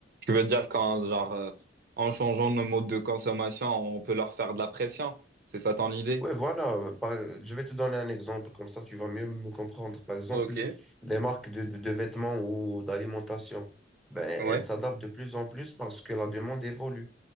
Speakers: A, on the right; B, in the centre.
A: je veux dire qu'en genre, euh, en changeant nos modes de consommation, on peut leur faire de la pression. C'est ça ton idée?
B: Ouais voilà. euh, par- je vais te donner un exemple, comme ça tu vas mieux me comprendre. Par exemple,
A: Ok,
B: les marques de, de- de vêtements ou d'alimentation, ben,
A: ouais.
B: elles s'adaptent de plus en plus parce que la demande évolue